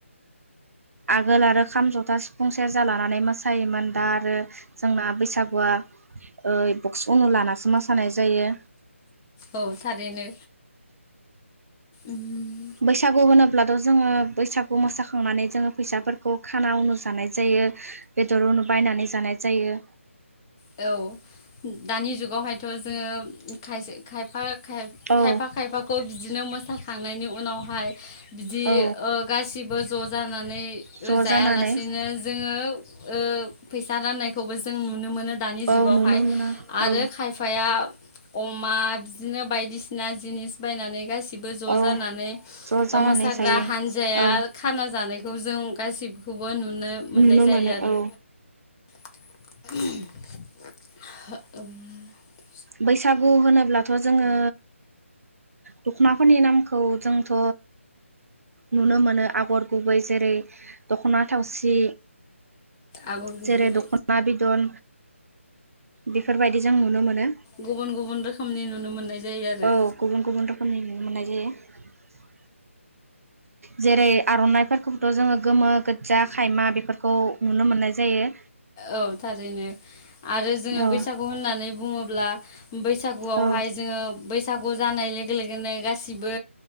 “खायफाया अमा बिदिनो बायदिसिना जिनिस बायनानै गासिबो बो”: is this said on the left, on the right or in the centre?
Left